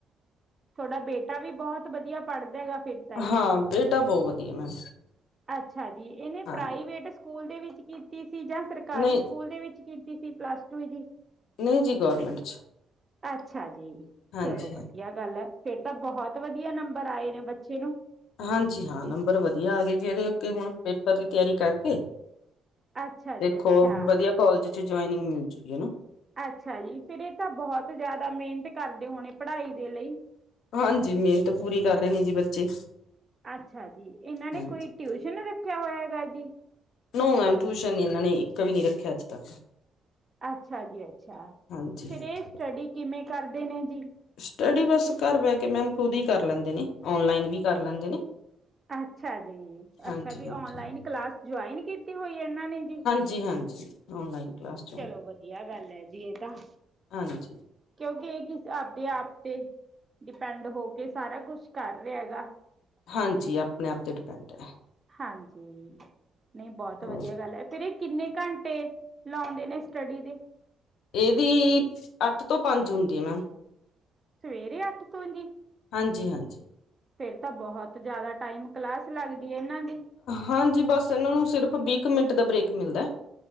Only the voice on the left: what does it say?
ਹਾਂ, ਬੇਟਾ ਬੋ ਵਦੀਆ ਮੈਮ।
ਹਾਂਜੀ
ਨਹੀਂ
ਨਹੀਂ ਜੀ ਗਵਰਮੈਂਟ ਚ
ਹਾਂਜੀ
ਹਾਂਜੀ ਹਾਂ, ਨੰਬਰ ਵਦੀਆ ਆ ਗਏ ਜੀ ਏਦੇ ਅੱਗੇ ਹੁਨ ਪੇਪਰ ਦੀ ਤਿਆਰੀ ਕਰਕੇ।
ਦੇਖੋ
ਵਦੀਆ ਕੋਲਜ ਚ ਜੁਆਇਨਿੰਗ ਮਿਲ ਚੁਗੀ ਐਨਾ।
ਹਾਂਜੀ ਮਿਹਨਤ ਪੂਰੀ ਕਰ ਰੇ ਨੇ ਜੀ ਬੱਚੇ।
ਹਾਂਜੀ
ਨੋ ਮੈਮ ਟਿਊਸ਼ਨ ਨੀ ਇਹਨਾਂ ਨੇ ਇੱਕ ਵੀ ਨੀ ਰੱਖਿਆ ਅੱਜ ਤੱਕ।
ਹਾਂਜੀ
ਹਾਂਜੀ
ਸਟੱਡੀ ਬਸ ਘਰ ਬਹਿ ਕੇ ਮੈਮ ਖੁਦ ਹੀ ਕਰ ਲੈਂਦੇ ਨੇ ਔਨਲਾਈਨ ਵੀ ਕਰ ਲੈਂਦੇ ਨੇ
ਹਾਂਜੀ
ਹਾਂਜੀ
ਜੀ ਹਾਂਜੀ ਔਨਲਾਈਨ ਕਲਾਸ ਜੁਆਇਨ
ਹਾਂਜੀ
ਹਾਂਜੀ ਆਪਣੇ ਆਪ ਤੇ ਡਿਪੈਂਡ ਐ।
ਹੋਰ
ਇਹਦੀ ਅੱਠ ਤੋਂ ਪੰਜ ਹੁੰਦੀ ਹੈ ਮੈਮ
ਹਾਂਜੀ ਹਾਂਜੀ
ਹਾਂਜੀ ਬਸ ਇਹਨਾਂ ਨੂੰ ਸਿਰਫ਼ ਵੀਹ ਕ ਮਿੰਟ ਦਾ ਬ੍ਰੇਕ ਮਿਲਦੈ।